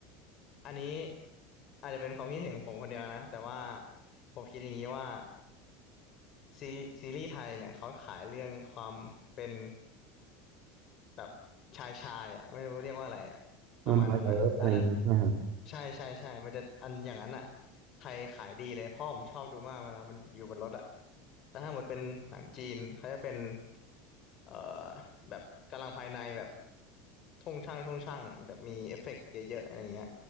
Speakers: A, on the left (about 35°); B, on the right (about 50°).
A: อันนี้อาจจะเป็นความคิดเห็นของผมคนเดียวนะแต่ว่าผมคิดอย่างนี้ว่าซีซีรีส์ไทยเนี่ยเขาขายเรื่องความเป็น แบบชายชายอ่ะไม่รู้เรียกว่าอะไรอ่ะประมาณนั้นอ่ะอันนั้น
B: นัมบอรเลิฟอะไรอย่างเงี้ยใช่ไหมครับ
A: ใช่ใช่ใช่มันจะอันอย่างนั้นอ่ะไทยขายดีเลยพ่อผมชอบดูมากเวลามันอยู่บนรถอ่ะแล้วถ้าหมดเป็นหนังจีนเขาจะเป็นเอ่อแบบกำลังภายในแบบช่องช่างช่องช่างอะแบบมีเอฟเฟกต์เยอะๆอะไรเงี้ย